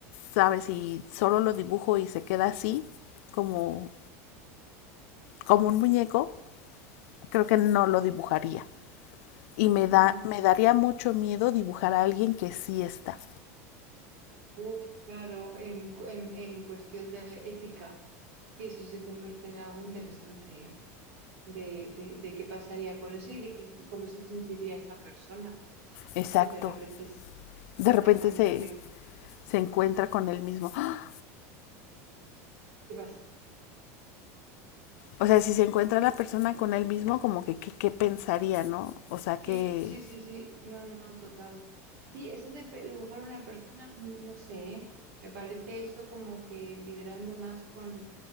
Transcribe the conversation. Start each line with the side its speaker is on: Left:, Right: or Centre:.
Left: sabes, si solo lo dibujo y se queda así, como, como un muñeco, creo que no lo dibujaría. Y me,
Right: Mm,
Left: da, me daría mucho miedo dibujar a alguien que sí está.
Right: uf, claro, en, cu- en, en cuestión de ética, sí, eso se convierte en algo interesante, ¿eh? de, de, de qué pasaría con eso y de qué- cómo se sentiría esa persona
Left: Exacto.
Right: si de repente s-
Left: De
Right: se
Left: repente
Right: da cuenta
Left: se,
Right: de
Left: se encuentra con él mismo. ¡Ah!
Right: qué pasa.
Left: O sea, si se encuentra la persona con él mismo, como que qué pensaría, ¿no? O sea, que...
Right: Sí, sí, sí, sí, no, no, total. Sí, eso de pe- dibujar a una persona, mm, no sé, ¿eh? Me parece eso como que liderando más con